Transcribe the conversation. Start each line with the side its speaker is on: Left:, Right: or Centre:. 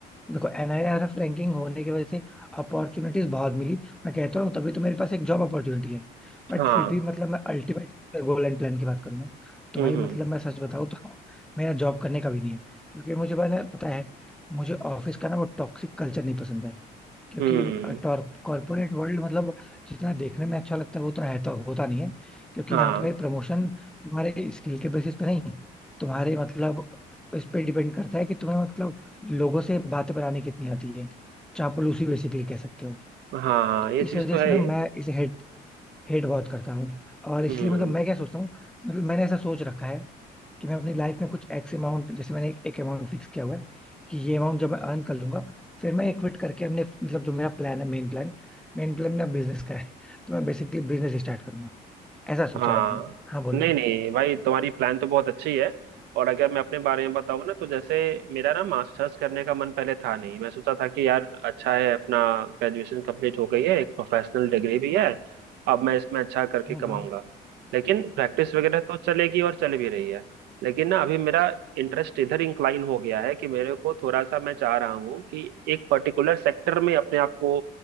Centre: देखो एनआईआरएफ रैंकिंग होने की वजह से अपॉर्चुनिटीज बहुत मिली मैं कहता हूँ तभी तो मेरे पास एक जॉब अपॉर्चुनिटी है बट
Right: हाँ
Centre: फिर भी मतलब मैं अल्टीमेट गोल एंड प्लान की बात करूंगा तो
Right: हम्म
Centre: भाई मतलब
Right: हम्म
Centre: मैं सच बताऊँ तो मेरा जॉब करने का भी नहीं है क्योंकि मुझे पता पता है मुझे ऑफिस का ना वो टॉक्सिक कल्चर नहीं पसंद है क्योंकि
Right: हम्म
Centre: कॉर्पोरेट वर्ल्ड मतलब जितना देखने में अच्छा लगता है वो उतना है तो होता नहीं है क्योंकि
Right: हाँ
Centre: यहाँ पे प्रमोशन तुम्हारे स्किल के बेसिस पे नहीं तुम्हारे मतलब इस पे डिपेंड करता है कि तुम्हें मतलब लोगों से बातें बनाने कितनी आती है चापलूसी बेसिकली कह सकते हो
Right: हाँ हाँ,
Centre: तो
Right: ये
Centre: इस
Right: चीज
Centre: वजह
Right: तो
Centre: से
Right: है
Centre: ना
Right: ही
Centre: मैं इसे हेट हेट बहुत करता हूँ और इसलिए
Right: हम्म
Centre: मतलब मैं क्या सोचता हूँ मतलब मैंने ऐसा सोच रखा है कि मैं अपनी लाइफ में कुछ एक्स अमाउंट जैसे मैंने एक, एक अमाउंट फिक्स किया हुआ है कि ये अमाउंट जब मैं अर्न कर लूंगा फिर मैं एक क्विट करके अपने मतलब जो मेरा प्लान है मेन प्लान मेन प्लान मेरा बिजनेस का है तो मैं बेसिकली बिजनेस स्टार्ट करूंगा ऐसा सोचा
Right: हाँ
Centre: है मैंने हाँ बोलो
Right: नहीं नहीं भाई तुम्हारी प्लान तो बहुत अच्छी है और अगर मैं अपने बारे में बताऊँ ना तो जैसे मेरा ना मास्टर्स करने का मन पहले था नहीं मैं सोचा था कि यार अच्छा है अपना ग्रेजुएशन कंप्लीट हो गई है एक प्रोफेशनल डिग्री भी है अब मैं इसमें अच्छा करके
Centre: हम्म
Right: कमाऊंगा
Centre: हम्म।
Right: लेकिन प्रैक्टिस वगैरह तो चलेगी और चल भी रही है लेकिन ना अभी मेरा इंटरेस्ट इधर इंक्लाइन हो गया है कि मेरे को थोड़ा सा मैं चाह रहा हूँ कि एक पर्टिकुलर सेक्टर में अपने आप को